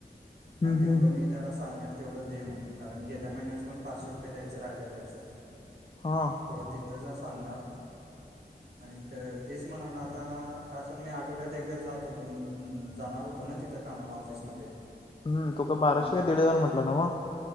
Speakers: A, on the right; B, on the left.
A: मग
B: हम्म.
A: तेवढं मी. त्याला सांगणार तेवढं दे म्हणून, कारण गेल्या महिन्यां पण पाचशे रुपये द्यायचं राहिल त्यांच.
B: हा.
A: थोडं तिथं जा सांगणार.
B: ह <inaudible>
A: आणि तेच म्हणाला आता, का स मी आठवड्यात एकदा जात होतो, जाणार होतो. हो ना तिथं कामाला ऑफिसमध्ये.
B: हम तो का बाराशे
A: मग
B: का दीड हजार म्हटला नव.